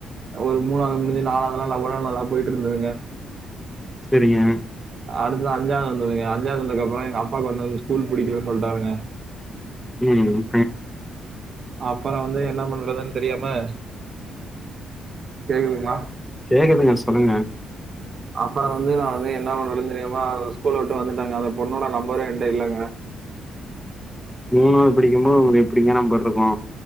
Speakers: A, on the right; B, in the centre.
A: ஒரு மூணாவது முடிஞ்சு நாலாவது நாள் லவ்வளா நல்லா போயிட்டு இருந்ததுங்க
B: சரிங்க
A: அடுத்தது அஞ்சாவது வந்துதுங்க அஞ்சாவது வந்ததுக்ப்றோ எங்கப்பாக்கு வந்து ஸ்கூல் புடிக்கலனு சொல்ட்டாருங்க
B: ம்
A: அப்புற வந்து என்ன பண்றதுன்னு தெரியாம கேக்குது மா
B: கேக்குதுங்க சொல்லுங்க
A: அப்புற வந்து நா வந்து என்ன பண்றதுன்னு தெரியாம அந்த ஸ்கூல விட்டு வந்துட்டேங்க அந்த பொண்ணோட நம்பரு என்ட இல்லங்க
B: மூணாவது படிக்கும்போது உங்களுக்கு எப்டிங்க நம்பர் இருக்கு